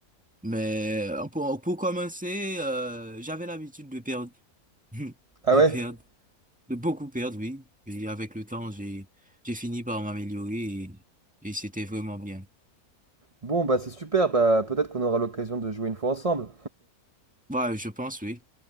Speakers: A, in the centre; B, on the right (about 25°).
A: Mais euh, pour, pour commencer, euh, j'avais l'habitude de perdre, <laughs>
B: Ah
A: de
B: ouais
A: perdre, de beaucoup perdre, oui. Et avec le temps, j'ai, j'ai fini par m'améliorer et, et c'était vraiment bien.
B: Bon, bah c'est super, bah peut-être qu'on aura l'occasion de jouer une fois ensemble.
A: Bah, je pense, oui.